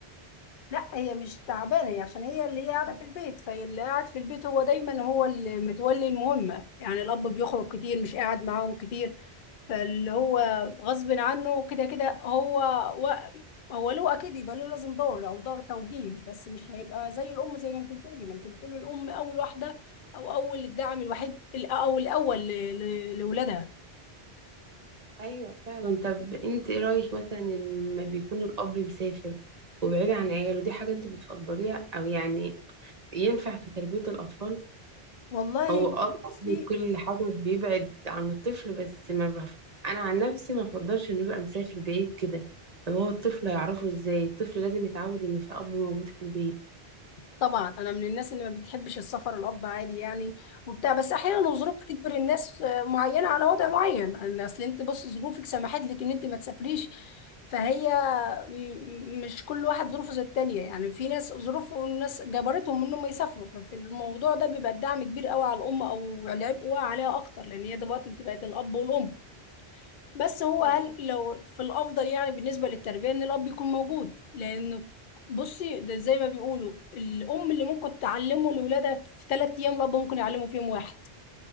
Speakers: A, on the left; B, on the right.
A: لا هي مش تعبانه هي عشان هي اللي هي قاعده في البيت فاللي قاعد في البيت هو دايما هو اللي متولي المهمه يعني الاب بيخرج كتير مش قاعد معاهم كتير فاللي هو غصب عنه كده كده هو و... هو له اكيد يبقى له لازم دور او دور توجيه بس مش هيبقى زي الام زي ما انت بتقولي ما انت بتقولي الام اول واحده او اول الدعم الوحيد الأ- او الاول ل- ل- لاولادها
B: ايوه فعلا طب انت ايه رايك مثلا إن لما بيكون الاب مسافر وبعيد عن عياله دي حاجه انت بتفضليها او يعني ينفع في تربيه الاطفال
A: والله
B: هو اه
A: بصي
B: الاب وكل حاجه بيبعد عن الطفل بس ما بف... انا عن نفسي ما بفضلش انه يبقى مسافر بعيد كده طب هو الطفل هيعرفه ازاي الطفل لازم يتعود ان في اب موجود في البيت
A: طبعا انا من الناس اللي ما بتحبش السفر الاب عادي يعني وبتاع بس احيانا الظروف بتجبر الناس آه، معينه على وضع معين أنا اصل انت بص ظروفك سمحت لك ان انت ما تسافريش فهي م- م- مش كل واحد ظروفه زي التانية يعني في ناس ظروف والناس جبرتهم انهم يسافروا ففي الموضوع ده بيبقى الدعم كبير قوي على الام او العبء واقع عليها اكتر لان هي دلوقتي بقت الاب والام بس هو
B: أيوة
A: قال
B: فعلا
A: لو في الافضل يعني بالنسبه للتربيه ان الاب يكون موجود لانه بصي ده زي ما بيقولوا الام اللي ممكن تعلمه لاولادها في ثلاث ايام الاب ممكن يعلمه في يوم واحد